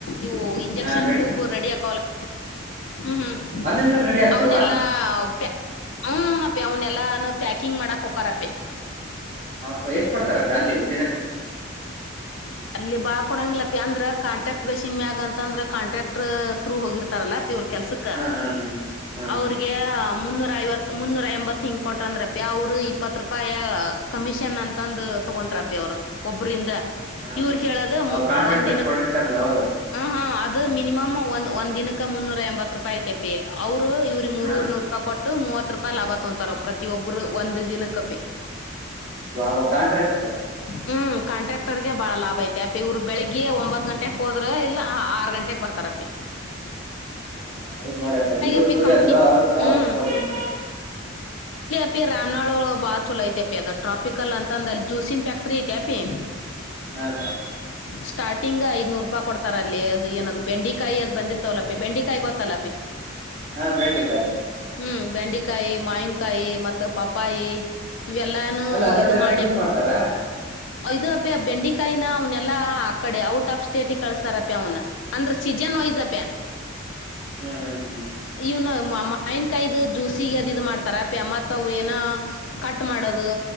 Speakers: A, on the left; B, on the right.
A: ಇವು ಇಂಜೆಕ್ಷನ್
B: ಹಾ ಮೆಡಿಸಿನ್
A: ಟು ಕಲೋ ಹ್ಮ್ ಹ್ಮ್
B: ಅಲ್ಲೆಲ್ಲ ರೆಡಿ ಆಗ್ತಾವ
A: ಅವನ್ ಎಲ್ಲಾ ಹುನಪ್ಪಿ ಅವನ ಎಲ್ಲ ಪ್ಯಾಕಿಂಗ್ ಮಾಡಕ್ ಒಕ್ಕಾರಪ್ಪೆ
B: ಹಬ ಎಷ್ಟ ಕೊಡ್ತಾರಕ್ಕ ಅಲ್ಲಿ ದಿನಕ್ಕೆ
A: ಅಲ್ಲಿ ಬಾಳ್ ಕೊಡಂಗಿಲ್ಲಪಿ ಅಂದ್ರ ಕಾಂಟ್ರಾಕ್ಟ್ ಮಷಿನ್ ಮ್ಯಾಗ ಅಂತಂದ್ರ ಕಾಂಟ್ರಾಕ್ಟ್ರ್ ಥೂ ಹೋಗಿರ್ತಾರಲ್ಲ ಪ್ಪಿ ಅವ್ರ ಕೆಲ್ಸಕ್ಕ
B: ಹಾ ಹಾ ಹಾ ಹಾ
A: ಅವ್ರಿಗೆ
B: ಹಾ
A: ಮುನ್ನೂರ ಐವತ್ ಮುನ್ನೂರ ಎಂಬತ್ ಹಿಂಗ್ ಕೊಟ್ರಂದ್ರಪಿ ಅವರು ಇಪ್ಪತ್ ರೂಪಾಯಿ ಕಮಿಷನ್ ಅಂತಂದು ತಗೊಂತಪಿ ಅವರು ಒಬ್ಬ್ರಂದ
B: ಹಾಂ
A: ಇವ್ರ ಹೇಳದ
B: ಅವು ಕಾಂಟ್ರಾಕ್ಟರ್
A: ಒಂದ ದಿನಕ್ಕೆ
B: ಕೊಟ್ಟಿರ್ತಾರಲ್ಲ ಅವರು
A: ಹ ಹಾ ಮಿನಿಮಮ ಒ ಒಂದ ದಿನಕ್ಕೆ ಮುನ್ನೂರ ಎಂಬತ್ತು ರೂಪಾಯಿ್ ತೆಪ್ಪಿ ಅವಔಟ್ ಇವ್ರರಿಗ ಮೂರುವರಿ
B: ಹಾಂ
A: ನೂ ರೂಪಾಯಿ ಕೊಟ್ಟು ಮೂವತ್ ರೂಪಾಯಿ ಲಾಭ ತೊಂತಾರ ಪ್ರತಿಯಬ್ರು ಒಂದ್ ದಿನ ಕಪಿ
B: ಬಬ ಕಾಂಟ್ರಾಕ್ಟರ್
A: ಹ್ಮ್ ಕಾಂಟ್ರಾಕ್ಟರ್ಗೆ ಬಹಳ ಲಾಭ ಐತೆ ತಾಪ್ಪಿ ಇವ್ರ ಬೆಳಗ್ ಒಂಬತ್ ಗಂಟೆ ಹೋದ್ರೆ ಇಲ್ಲ ಆರ ಗಂಟೆಗೆ ಬರ್ತಾರಪ್ಪೆ
B: ಹಾ ಹೌದ್ ನೋಡ್ಯಕ್ಕ ಇವ್ರ
A: ಅಪಿ
B: ದುಡಿಯೋದು
A: ಕಂಪ್ನಿ
B: ಅವ್ರ
A: ಹ್ಮ್
B: ಅವ್ರ ಕೊಡ್ಬೇಕು
A: ಪ್ಪಿ ರಾಮನಾಳ ಬಾಳ ಚಲ ಐತಪ್ಪಿ ಅದ ಟ್ರಾಪಿಕಲ ಅಂತ ತಂದಲಿ ಜೂಸಿನಂ ಪ್ಯಾಕ್ಟ್ರೀ ಐತಪಿ
B: ಹಾಂ ಸರ್
A: ಸ್ಟಾರ್ಟಿಂಗ್ ಐದನೂರು ರೂಪಾಯಿ ಕೊಡ್ತಾರ ಅಲ್ಲಿ ಏನ್ ಬೆಂಡೆ ಕಾಯಿ ಅದ್ ಬಂದಿರ ಲ್ಲ ಬೆಂಡಿಕಾಯಿ ಗೊತ್ತಲ್ಲ
B: ಹಾಂ ಬೆಂಡೆಕಾಯಿ
A: ಹ್ಮ್ ಬೆಂಡ ಕಿ ಮಾವಿನಕಾಯಿ ಮತ್ತ ಪಪ್ಪಾಯಿ ಇವೆಲ್ಲಾನೂ
B: ಅಲ್ಲ ಅದರದ್ದೆಲ್ಲ
A: ಇದು ಮಾಡ್ಯ
B: ಜ್ಯೂಸ್ ಮಾಡ್ತಾರಾ
A: ಇದು ಅಪ್ಪಿ ಆ ಬೆಂಡಿ ಕೈನಾ ಅವ್ನ್ಲ್ ಆ ಕಡೆ ಔಟ್ ಆಫ್ ಸ್ಟೇಟ್ ಕಳಸ್ತಾರಪಿ ಅವನ ಅಂದ್ರ ಸೀಜನ್ ವೈಸ್ ಅಪಿ
B: ಹ್ಮ್ ಹ್ಮ್ ಹ್ಮ್
A: ಇ ಮಾವಿನ ಕಾಯದ ಜ್ಯೂಸಿಗೆ ಅದ ಇ ಮಾಡ್ತಾರ ಪ ಅಮ್ಮತ್ ಅವ ಏನ ಕಟ್ ಮಾಡೋದು